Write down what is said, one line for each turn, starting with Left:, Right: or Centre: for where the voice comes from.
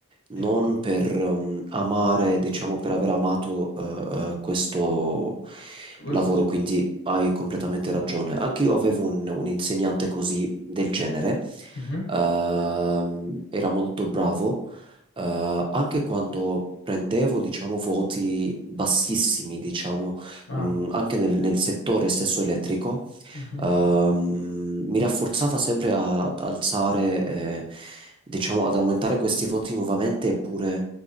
Right: non
Left: Ecco,
Right: per ehm, amare, diciamo per aver amato eh, eh, questo
Left: questo.
Right: lavoro, quindi hai completamente ragione. Anche io avevo un, un insegnante così del genere,
Left: Mhm.
Right: Ehm, era molto bravo, eh, anche quando prendevo, diciamo, voti bassissimi, diciamo,
Left: Ah,
Right: mh, anche nel, nel settore stesso elettrico
Left: mhm.
Right: ehm, mi rafforzava sempre a- ad alzare, eh, diciamo, ad aumentare questi voti nuovamente, eppure